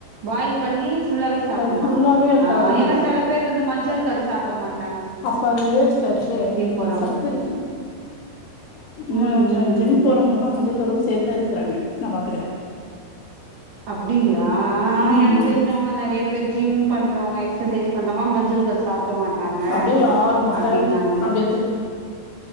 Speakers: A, on the right (about 65°); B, on the left (about 75°).
A: பாயில் பண்ணி புல்லாவே சாப்புலாம்
B: அது ஃபுல்லாவே எடுத்தாதா
A: ஹான்
B: நல்லது
A: எனா சில பேர் வந்து மஞ்சள் கரு சாப்பட மாட்
B: அப்ப அது வேஸ்ட் ஆச்சே
A: போறவங்க
B: சத்திருக்கு
A: ம்
B: ம ஜ
A: ம்
B: ஜிம் போறவங்கலா ம இருவரும் சேர்ந்தான் எத்துக்குறாங்க நான் பாத்துக்குறன்
A: அப்டிங்கள ஆஆஆ ஆனா
B: ம்
A: எனக்கு
B: ம்
A: தெரிஞ்சவங்க நெறைய பேர் ஜிம் பண்றவங்க எக்சசைஸ் பண்றவங்கலா மஞ்சள் கரு சாப்ட மாட்டாங்க
B: அப்டியே ஆறு முட்ட
A: அப்டின்னாங்க
B: அப்டி